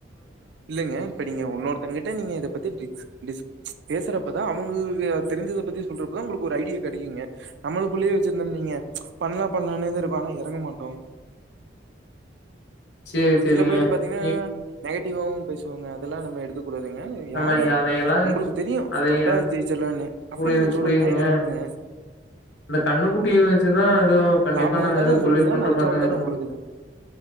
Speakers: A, on the right (about 65°); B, on the left (about 70°).
A: இல்லேங்க இப்ப நீங்க இன்னொருத்தவங்ககிட்ட நீங்க இத பத்தி டிக்ஸ் டிச்ஸ் பேசுறப்பதா அவுங்களுக்கு அத தெரிஞ்சத பத்தி சொல்றப்பதா உங்களுக்கு ஒரு ஐடியா கெடைக்குங்க நம்மளுக்குள்ளயே வச்சுருந்தம்னு வைங்க பண்ணலா பண்ணலானேதா இருக்கு ஆனா எறங்க மாட்டோ
B: சரி, சரிங்க.
A: சில பேர் பாத்தீங்கன்னா
B: இப்
A: நெகட்டிவாவவு பேசுவாங்க எல்லா நம்ம எடுத்துக் கூடாதுங்க
B: நம்ம
A: யாரு
B: அதையெல்லாம்
A: உங்களுக்கு தெரியு
B: அதைய
A: தொட்டா ஜெயிச்சிடலான்னு அப்ப
B: புரியுது,
A: நீங்க தொடுங்க
B: புரியுதுங்க.
A: இறங்குங்க
B: இந்த கண்ணுக்குட்டிய வச்சுதா எதோ கண்டிப்பா
A: லாபம்
B: நாங்க
A: வந்தாலும்
B: எதோ
A: உங்களுக்கு
B: தொழில்
A: தான்
B: பண்ற
A: நஷ்டம்
B: மாரிதாங்க
A: வந்தாலும்
B: இருக்கோ
A: உங்களுக்கு தான்